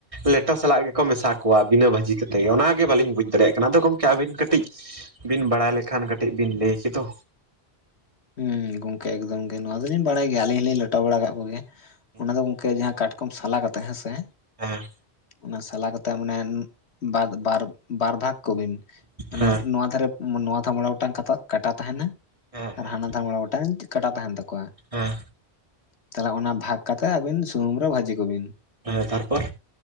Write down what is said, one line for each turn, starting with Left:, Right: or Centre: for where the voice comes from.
Right: ᱞᱮᱴᱚ ᱥᱟᱞᱟᱜ ᱜᱮᱠᱚ ᱢᱮᱥᱟ ᱠᱚᱣᱟ ᱵᱤᱱᱟᱹ ᱵᱷᱟᱹᱡᱤ ᱠᱟᱛᱮ ᱚᱱᱟᱜᱮ ᱵᱟᱹᱞᱤᱧ ᱵᱩᱡᱽ ᱫᱟᱲᱮᱭᱟᱜ ᱠᱟᱱᱟ ᱟᱫᱚ ᱜᱚᱝᱠᱮ ᱟᱹᱵᱤᱱ ᱠᱟᱹᱴᱤᱡ ᱵᱤᱱ ᱵᱟᱲᱟᱭ ᱞᱮᱠᱷᱟᱱ ᱠᱟᱹᱴᱤᱡ ᱵᱤᱱ ᱞᱟᱹᱭ ᱠᱮᱫᱚ?
Left: ᱦᱩᱸ ᱜᱚᱝᱠᱮ ᱮᱠᱫᱚᱢ ᱜᱮ ᱱᱚᱣᱟ ᱫᱚᱞᱤᱧ ᱵᱟᱰᱟᱭ ᱜᱮᱭᱟ ᱟᱞᱤᱧ ᱦᱚᱞᱤᱧ ᱞᱮᱴᱚ ᱵᱟᱲᱟ ᱠᱟᱜ ᱠᱚ ᱜᱮᱭᱟ
Right: ᱦᱮᱸ
Left: ᱚᱱᱟ ᱫᱚ ᱡᱟᱦᱟᱸ ᱠᱟᱴ ᱠᱚᱢ ᱥᱟᱞᱟ ᱠᱟᱛᱮ ᱦᱮᱸ ᱥᱮ
Right: ᱮᱦᱮᱸ
Left: ᱚᱱᱟ ᱥᱟᱞᱟ ᱠᱟᱛᱮᱜ ᱢᱟᱱᱮ ᱵᱟᱜ ᱵᱟᱨ ᱵᱟᱨ ᱵᱷᱟᱜᱽ ᱠᱚ ᱵᱤᱱ ᱢᱟᱱᱮ
Right: ᱦᱮᱸ
Left: ᱱᱚᱣᱟ ᱫᱷᱟᱨᱮ ᱱᱚᱣᱟ ᱫᱷᱟ ᱢᱚᱲᱮ ᱜᱚᱴᱟᱝ ᱠᱟᱛᱟ ᱠᱟᱴᱟ ᱛᱟᱦᱮᱱᱟ
Right: ᱦᱮᱸ
Left: ᱟᱨ ᱦᱟᱱᱟ ᱫᱷᱟ ᱢᱚᱲᱮ ᱜᱚ ᱠᱟᱴᱟ ᱛᱟᱦᱮᱱ ᱛᱟᱠᱚᱣᱟ ᱾
Right: ᱦᱮᱸ
Left: ᱛᱟᱦᱚᱞᱮ ᱚᱱᱟ ᱵᱷᱟᱜᱽ ᱠᱟᱛᱮ ᱟᱹᱵᱤᱱ ᱥᱩᱱᱩᱢ ᱨᱮ ᱵᱷᱟᱹᱡᱤ ᱠᱚ ᱵᱤᱱ᱾
Right: ᱦᱮᱸ ᱛᱟᱨᱯᱚᱨ?